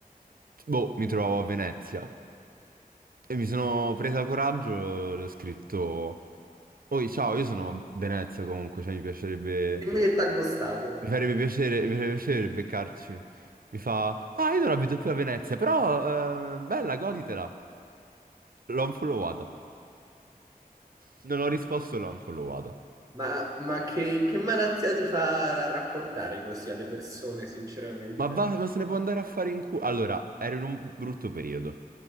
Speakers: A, on the right (about 70°); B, on the right (about 20°).
A: boh, mi trovavo a Venezia e mi sono presa coraggio, le ho scritto, Oi, ciao, io sono a Venezia comunque, cioè mi piacerebbe,
B: Dimmi che t'ha ghostato.
A: mi farebbe piacere, mi farebbe piacere beccarci. Mi fa, ah, io non abito più a Venezia, però, eh, bella, goditela. L'ho unfollowata. Non ho risposto, l'ho unfollowata.
B: Ma, ma che, che malattia ti fa rapportare così alle persone, sinceramente?
A: Ma, va, ma se ne può andare a fare in culo. Allora, ero in un brutto periodo.